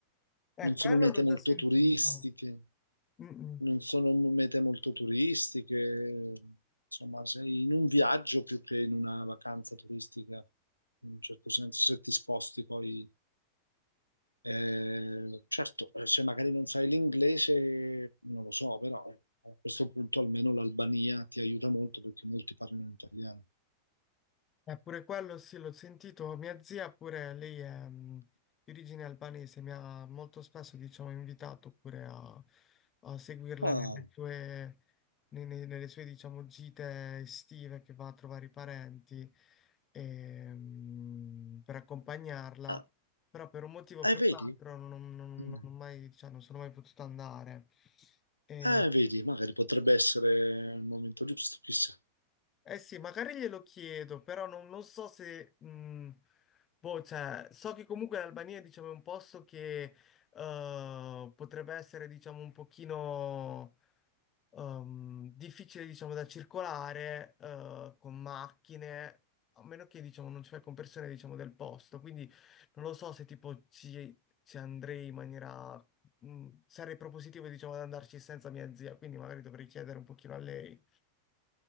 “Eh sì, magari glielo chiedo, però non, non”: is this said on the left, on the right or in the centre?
Left